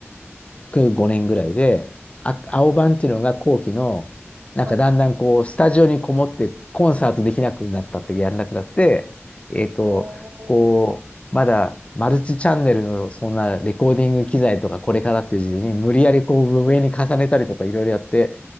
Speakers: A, on the left; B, on the right.
A: 5年ぐらいで、あ、青版っていうのが後期の、なんかだんだんこう、
B: はい。
A: スタジオにこもってコンサートできなくなったって、やんなくなって、えっと、
B: おー。
A: こう、まだマルチチャンネルのそんなレコーディング機材とかこれからっていう時期に無理やりこう上に重ねたりとかいろいろやって、